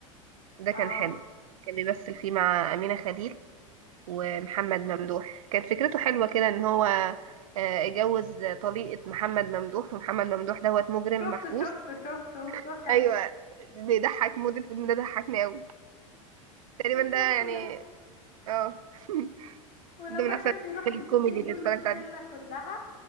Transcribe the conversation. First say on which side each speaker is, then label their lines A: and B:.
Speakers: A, on the right; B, on the left.
A: ده كان
B: اه
A: حلو كان بيمثل فيه مع أمينة خليل ومحمد ممدوح كانت فكرته حلوة كده ان هو آه، اتجوز طليقة محمد ممدوح ومحمد ممدوح دوت مجرم
B: شفته
A: محبوس
B: شفته شفته هو كان
A: ايوه بيضحك مدة الفيلم ده ضحكني قوي تقريبا ده
B: شفته
A: يعني
B: لا
A: اه <laughs>
B: ولما
A: ده من احسن
B: كان بيروح
A: الكوميدي
B: البيت يجيب
A: اللي اتفرجت
B: له الشلة
A: عليه
B: كلها